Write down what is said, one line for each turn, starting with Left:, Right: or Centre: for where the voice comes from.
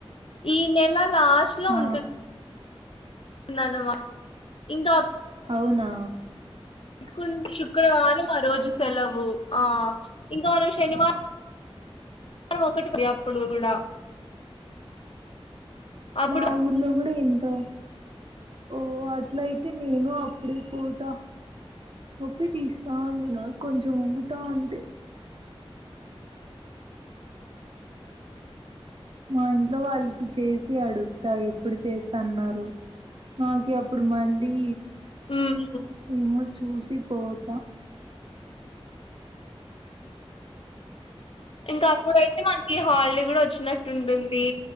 Left: ఈ నెల లాస్ట్లో
Right: ఆ
Left: ఉంటుం దన్నమా ఇంకా
Right: అవునా
Left: అనుకుం శుక్రవారం ఆ రోజు సెలవు. ఆ ఇంక మనం శనివా రం ఒకటి అప్పుడు కూడా అప్పుడు
Right: మా ఊర్లో కూడా ఎంతో ఓ అట్లయితే నేను అప్పుడే పోతా. నొప్పి తీస్తా ఉంది నాకు కొంచం వంగుతా ఉంటే. మా ఇంట్లో వాళ్ళ కిచేసి అడుగుతా ఎప్పుడు చేస్తా అన్నారు, నాకి అప్పుడు మళ్ళీ
Left: ఉమ్,
Right: ఏమో చూసి పోతా.
Left: ఇంకా అప్పుడయితే మనకి హాలిడే కూడా వచ్చినట్టు ఉంటుంది,